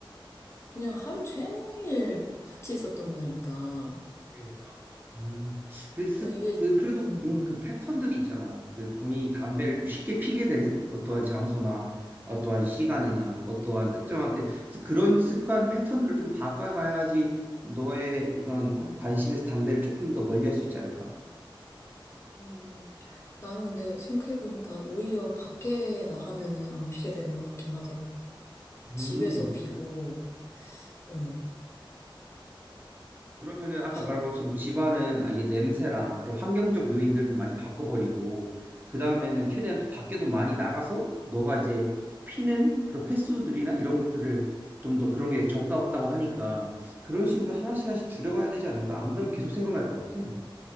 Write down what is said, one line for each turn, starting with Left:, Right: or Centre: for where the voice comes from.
Left: 그냥 하루 종일 같이 있었던 거니까
Right: 그러니까. 음, 그래서
Left: 뭐 이게
Right: 그 그래도
Left: 음,
Right: 뭔가
Left: 음.
Right: 그 패턴들이 있잖아. 그 본인이 담배를 좀 쉽게 피게 되는 어떠한 장소나 어떠한 시간이나 어떠한 특정한 때 그래서 그런 습관 패턴들을 좀 바꿔가야지 너의 이런 어? 관심에서 담배를 조금 더 멀리할 수 있지 않을까?
Left: 음, 나는 근데 생각해보니까 오히려 밖에 나가면은 안 피게 되는 것 같긴 하더라고.
Right: 음,
Left: 집에서 피고,
Right: 그래.
Left: 어,
Right: 그러면은 아까
Left: 밖,
Right: 말한 것처럼 집안은 아예 냄새랑 그런 환경적 요인들을 좀 많이 바꿔버리고 그 다음에는 최대한 또 밖에도 많이 나가서 너가 이제 피는 그런 횟수들이나 이런 것들을 좀 더 그런 게 적다고 하니까 그런 식으로 하나씩 하나씩 줄여가야 되지 않을까? 안 그러면 계속 생각날 것 같아.